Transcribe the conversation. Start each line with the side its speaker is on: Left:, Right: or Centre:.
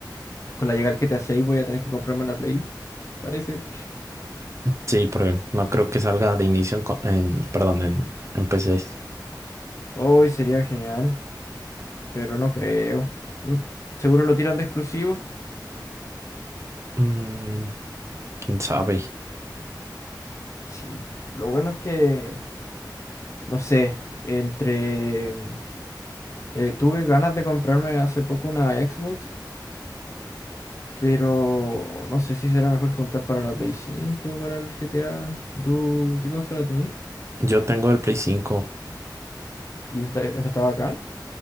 Left: con la llegada del GTA 6 voy a tener que comprarme una Play, parece.
Right: Sí, porque no creo que salga de inicio en, co- en- perdón, en, en PC.
Left: Hoy sería genial, pero no creo. Mm, Seguro lo tiran de exclusivo.
Right: Mm, quién sabe.
Left: Sí. Lo bueno es que no sé, entre mm, eh, tuve ganas de comprarme hace poco una Xbox Pero no sé si será mejor juntar para la Play cinco o para el GTA. ¿Tú qué consola tenés?
Right: Yo tengo el Play cinco
Left: ¿Y esta, esta está bacán?